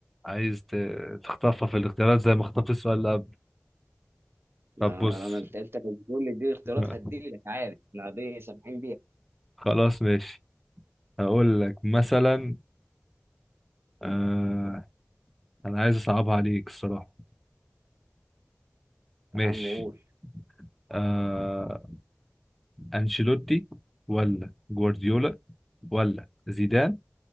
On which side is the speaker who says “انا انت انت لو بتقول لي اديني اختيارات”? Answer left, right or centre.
Right